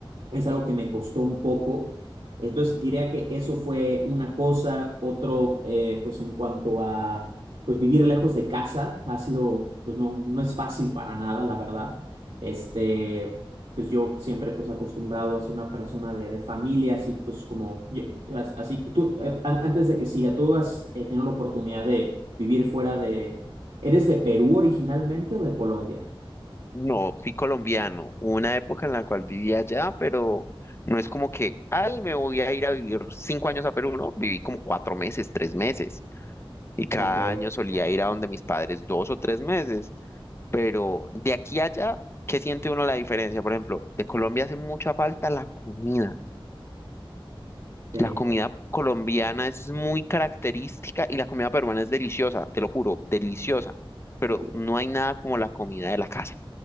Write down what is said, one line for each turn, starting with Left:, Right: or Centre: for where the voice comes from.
Right: es algo que me costó un poco. Entonces diría que eso fue una cosa, otro, eh, pues en cuanto a, pues vivir lejos de casa, ha sido, pues no, no es fácil para nada, la verdad. Este, pues yo siempre pues acostumbrado a ser una persona de, de familia, así pues como, yo- as- así, tú, eh, an- antes de que siga, tú has eh, tenido la oportunidad de vivir fuera de, ¿eres de Perú originalmente o de Colombia?
Left: No, fui colombiano. Hubo una época en la cual vivía allá, pero no es como que, ay, me voy a ir a vivir cinco años a Perú, ¿no? Viví como cuatro meses, tres meses, y cada
Right: Ok,
Left: año solía ir a donde mis padres dos o tres meses, pero de aquí a allá, ¿qué siente uno la diferencia? Por ejemplo, de Colombia hace mucha falta la comida.
Right: sí,
Left: La comida colombiana es muy característica y la comida peruana es deliciosa, te lo juro, deliciosa, pero
Right: sí,
Left: no hay nada como la comida de la casa.